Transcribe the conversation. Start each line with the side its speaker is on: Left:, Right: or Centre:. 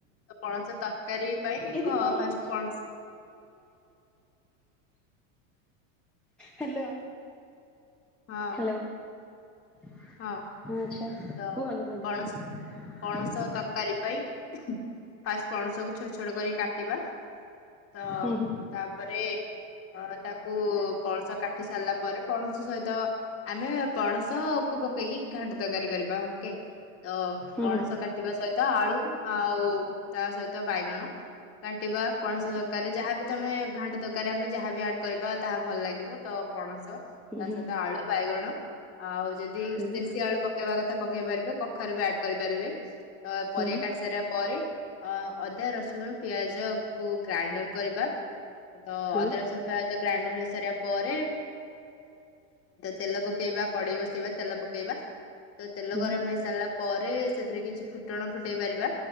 Left: ତ ପଣସ ତର ତରକାରୀ ପାଇଁ
Centre: ଏ
Left: ଘ
Centre: ଦୀପା ଆଇଲା।
Left: ଫାଷ୍ଟ ପଣସ
Centre: ହ୍ୟାଲୋ।
Left: ହଁ
Centre: ହ୍ୟାଲୋ। <inaudible>
Left: ହଁ
Centre: ଆଛା
Left: ତ
Centre: କ <inaudible> କରନ୍ତି
Left: ପଣସ ପଣସ ତରକାରୀ ପାଇଁ ଫାଷ୍ଟ ପଣସକୁୁ ଛୋଟ ଛୋଟ କର କାଟିବା। ତ
Centre: ହୁଁ ହୁଁ
Left: ତାପରେ ଅ ତାକୁ ପଣସ କାଟିି ସାରିଲା ପରେ ପଣସ ସହିତ ଆମେ ପଣସ କୁ ପକେଇକି ଘାଣ୍ଟ ତରକାରୀ କରିବା ଓକେ। ତ
Centre: ହୁଁ
Left: ପଣସ କାଟିବା ସହିତ ଆଳୁ ଆଉ ତା ସହିତ ବାଇଗଣ କାଟିବା ପଣସ
Centre: ହୁଁ
Left: ତରକାରୀ ରେ ଯାହା ବି ତମେ ଘାଣ୍ଟ ତରକାରୀ ଆମେ ଯାହାବି ଆଡ଼୍ କରିବା ତାହା ଭଲ ଲାଗିବ ତ ପଣସ ତା
Centre: ହୁଁ
Left: ସହିତ ଆଳୁ ବାଇଗଣ ଆଉ ଯଦି
Centre: ହୁଁ ହୁଁ
Left: ଦେଶୀ ଆଳୁ ପକେଇବା କଥା ପକେଇ ପାରିବେ କଖାରୁ ବି ଆଡ୍ କରିପାରିବେ ତ ପରିବା
Centre: ହୁଁ।
Left: କାଟିି ସାରିବା ପରେ ଅ ଅଦା ରସୁଣ ପିଆଜ କୁ ଗ୍ରାଇଣ୍ଡର କରିବା ତ
Centre: ହଁ
Left: ଅଦା ରସୁଣ ପିଆଜ ଗ୍ରାଇଣ୍ଡର ହେଇସାରିବା ପରେ ତେଲ ପକେଇବା କଡେଇ ବସେଇବା ତେଲ ପକେଇବା ତ ତେଲ
Centre: ହୁଁ
Left: ଗରମ ହେଇ ସାରିଲା ପରେ ସେଥିରେ କିଛି ଫୁଟଣ ଫୁଟେଇ ପାରିବା